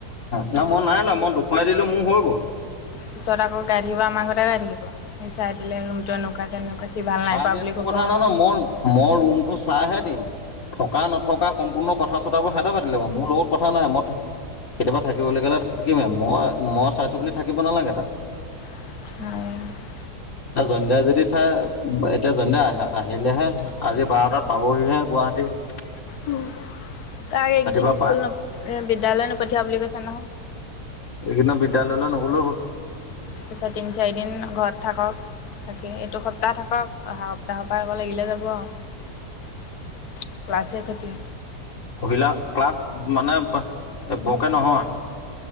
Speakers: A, on the left; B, on the left.
A: ন মই নাই ন মই খুৱাই দিলো মোৰ হৈ গ'ল।
B: পিছত আকৌ গাঢ়িব আমাৰ ঘৰ গাঢ় দিব সি চাই দিলে ৰুমটো এনেকুৱা তেনেকুৱা সি ভাল নাই
A: চাই
B: পোৱা
A: দিয়াতো
B: বুলি ক'ব
A: কথা
B: আকৌ।
A: নহয় ন মোৰ মোৰ ৰুমটো চাইহে। থকা নথকা সম্পূৰ্ণ কথা চতাবোৰ হতে পাতি ল'ব মোৰ লগত কথা নাই মই কেতিয়াবা থাকিবলৈ গ'লে থাকিমে মই মই চাইছো বুলি থাকিব নালাগে তাত।
B: <unintelligible>
A: এ জণ্ডিয়া যদি চাই এতিয়া জডিয়া আহ আহিলেহে আজি বাৰটাত পাবহিহে গোৱা <unintelligible>
B: উম। তাক এইকেইদিন
A: পৰা
B: স্কুল
A: পাই
B: ন বিদ্যালয় নপঠিয়া বুলি কৈছো নহয়।
A: সদিন বিদ্যালয়লৈ নগ'লেও হ'ল।
B: পিছত তিনি চাৰিদিন ঘৰত থাকক থাকি এইটো সপ্তাহ থাকক অহা সপ্তাহ তাহৰ পৰা আকৌ লগিলে যাব আৰু ক্লাছে খতি
A: পিলা ক্লাছ মানে বৰকে নহয়?